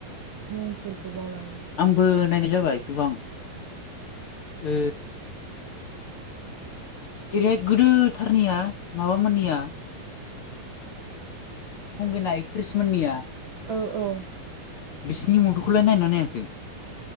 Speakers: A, on the right (about 65°); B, on the left (about 65°).
A: मुंफोरखौ बावलाय
B: आंबो नायनाय जाबाय गोबां। ओ जेरैहाय गोदोथारनिया माबामोननिया संगिना एकट्रिस मोननिया।
A: औ औ।
B: बिसिनि मुभिखौलाय नायना नायाखै?